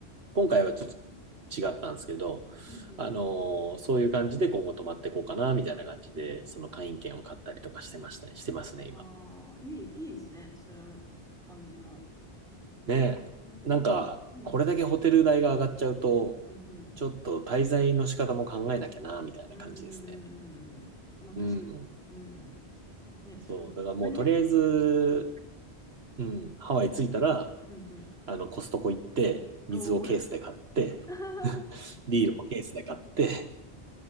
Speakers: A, on the right (about 65°); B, in the centre.
A: 今回はちょっと違ったんですけど、
B: うんうんう
A: あのーそういう感じで今後泊まっていこうかな、みたいな感じで、その会員券を買ったりとかしてました、してますね、
B: ん。
A: 今。
B: ああ、いい、いいですね。それの感じも。
A: ねえ。
B: へえ、うん、
A: なんか、
B: うん、
A: これだけホテル代が上がっちゃうと、
B: うん、
A: ちょっと滞在の仕方も考えなきゃな、みたいな感じですね。
B: うん、うん、うん。うんまあ、
A: うん。
B: 確かに。うん。ね、
A: そう。
B: その、物価によって、
A: だからもうとりあえず、うん、ハワイ着いたら、
B: うん、うん。
A: あの、コストコ行って、水をケースで買って、
B: おお。<laughs>
A: ビールもケースで買って、